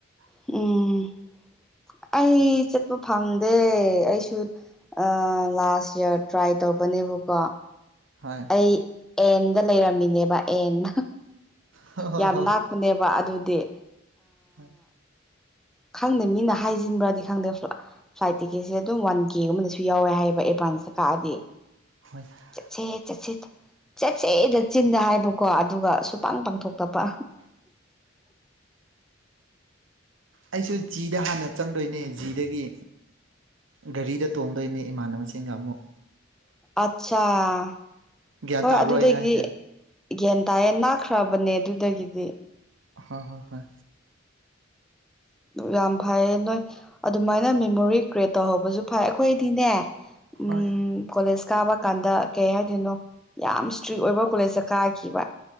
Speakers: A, on the right; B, in the centre.
A: <inaudible>
B: ꯎꯝ ꯑꯩ ꯆꯠꯄ ꯐꯪꯗꯦ ꯑꯩꯁꯨ ꯑꯥ ꯂꯥꯁ ꯌꯔ ꯇ꯭ꯔꯥꯏ ꯇꯧꯕꯅꯦꯕꯀꯣ
A: ꯍꯣꯏ
B: ꯑꯩ ꯑꯦꯟꯗ ꯂꯩꯔꯝꯃꯤꯅꯦꯕ ꯑꯦꯟꯗ
A: ꯍꯣꯏ ꯍꯣꯏ
B: ꯌꯥꯝ ꯅꯛꯄꯅꯦꯕ ꯋꯥ ꯑꯗꯨꯗꯤ
A: ꯍꯣꯏ
B: ꯈꯪꯗꯦ ꯃꯤꯅ ꯍꯥꯏꯖꯤꯟꯕ꯭ꯔꯥꯗꯤ ꯈꯪꯗꯦ <inaudible> ꯐ꯭ꯂꯥꯏꯠ ꯇꯤꯀꯦꯠꯁꯦ ꯑꯗꯨꯝ ꯋꯥꯟ ꯀꯦꯒꯨꯝꯕꯗꯁꯨ ꯌꯥꯎꯋꯦ ꯍꯥꯏꯌꯦꯕ ꯑꯦꯗꯚꯥꯟꯁꯇ ꯀꯛꯑꯗꯤ
A: <inaudible>
B: ꯆꯠꯁꯦ ꯆꯠꯁꯦ ꯆꯠꯁꯦꯗ ꯆꯤꯟꯗ ꯍꯥꯏꯕꯀꯣ ꯑꯗꯨꯒ ꯁꯨꯄꯥꯡ ꯄꯥꯡꯊꯣꯛꯇꯕ
A: ꯑꯩꯁꯦ ꯖꯤꯗ ꯍꯥꯟꯅ ꯆꯪꯗꯣꯏꯅꯦ ꯖꯤꯗꯒꯤ ꯒꯥꯔꯤꯗ ꯇꯣꯡꯗꯣꯏꯅꯤ ꯏꯃꯥꯟꯅꯕꯁꯤꯡꯒ ꯑꯃꯨꯛ
B: ꯑꯠꯆꯥꯥ
A: ꯒ꯭ꯌꯥꯟ
B: ꯍꯣ
A: ꯇꯥꯕ꯭ꯔꯣ
B: ꯑꯗꯨꯗꯒꯤ
A: ꯑꯩꯅ ꯍꯥꯏꯁꯦ
B: ꯒꯟ ꯇꯥꯌꯦ ꯅꯥꯛꯈ꯭ꯔꯕꯅꯦ ꯑꯗꯨꯗꯒꯤꯗꯤ
A: ꯍꯣꯏ ꯍꯣꯏ ꯍꯣꯏ
B: ꯌꯥꯝꯐꯩꯑꯦ ꯅꯦ ꯑꯗꯨꯃꯥꯏꯅ ꯃꯦꯃꯣꯔꯤ ꯀ꯭ꯔꯤꯌꯦꯠ ꯇꯧꯍꯧꯕꯁꯨ ꯐꯩ ꯑꯩꯈꯣꯏꯗꯤꯅꯦ ꯎꯝ
A: ꯍꯣꯏ
B: ꯀꯣꯂꯦꯖ ꯀꯥꯕ ꯀꯥꯟꯗ ꯀꯩ ꯍꯥꯏꯗꯣꯏꯅꯣ ꯌꯥꯝ ꯏꯁꯇ꯭ꯔꯤꯛ ꯑꯣꯏꯕ ꯀꯣꯂꯦꯖꯇ ꯀꯥꯈꯤꯕ